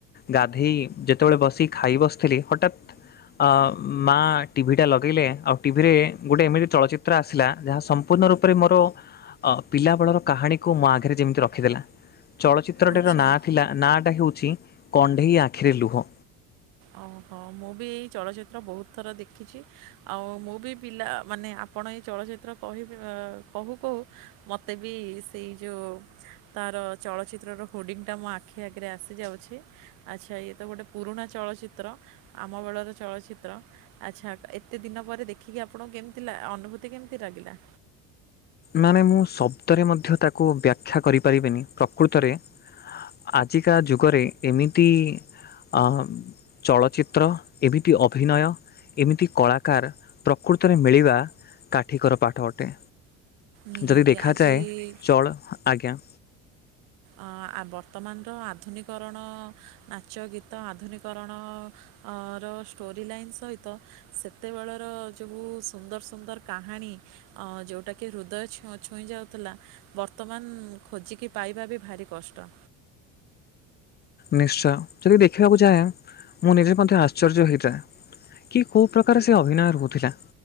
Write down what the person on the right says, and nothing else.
ଆଚ୍ଛା।
ଓହୋ ମୁଁ ବି ଏଇ ଚଳଚିତ୍ର ବହୁତ ଥର ଦେଖିଛି ଆଉ ମୁଁ ବିପିଲା ମାନେ ଆପଣ ଏଇ ଚଳଚ୍ଚିତ୍ର କିବେ କହୁ କହୁ ମୋତେ ବି ସେଇ ଯେଉଁ ତାର ଚଳଚ୍ଚିତ୍ରର ହୋର୍ଡ଼ିଙ୍ଗଟା ମୋ ଆଖି ଆଗରେ ଆସିଯାଉଛି। ଆଚ୍ଛା ଇଏ ତ ଗୋଟେ ପୁରୁଣା ଚଳଚିତ୍ର ଆମ ବେଳର ଚଳଚିତ୍ର। ଆଚ୍ଛା ଏତେ ଦିନ ପରେ ଦେଖିକି ଆପଣଙ୍କୁ କେମିତି ଲା ଅନୁଭୂତି କେମିତି ଲାଗିଲା?
ନିହାତି
ଆଜି
ଆଁ-ଆ-ବର୍ତ୍ତମାନର ଆଧୁନିକରଣ ନାଚ ଗୀତ ଆଧୁନିକରଣ ଅଁ ର ଷ୍ଟୋରି ଲାଇନ୍ ସହିତ ସେତେବେଳର ଯୋଉ ସୁନ୍ଦର ସୁନ୍ଦର କାହାଣୀ ଅ ଯୋଉଟା କିି ହୃଦୟ ଛୁ-ଛୁଇଁ ଯାଉଥିଲା ବର୍ତ୍ତମାନ ଖୋଜିକି ପାଇବା ବି ଭାରି କଷ୍ଟ।